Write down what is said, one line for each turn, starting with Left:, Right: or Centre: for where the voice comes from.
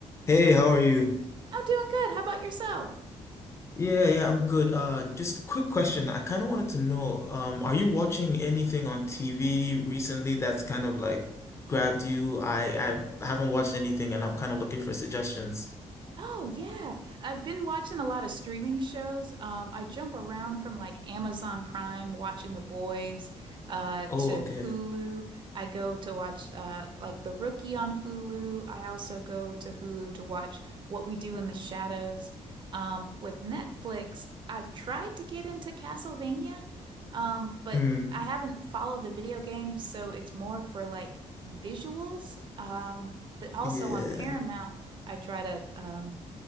Left: Hey, how are you?
Right: I'm doing good. How about yourself?
Left: Yeah, yeah, I'm good. Uh, just quick question. I kind of wanted to know, um, are you watching anything on TV recently that's kind of like grabbed you? I I've, I haven't watched anything and I'm kind of looking for suggestions.
Right: Oh yeah, I've been watching a lot of streaming shows. Um, I jump around from like Amazon Prime, watching The Boys, uh,
Left: Oh,
Right: to
Left: okay.
Right: Hulu. I go to watch uh, like The Rookie on Hulu. I also go to Hulu to watch What We Do in the Shadows. Um, with Netflix, I've tried to get into Castlevania, um, but
Left: Mm,
Right: I haven't followed the video games, so it's more for like visuals. Um, but also
Left: yeah.
Right: on Paramount. I try to um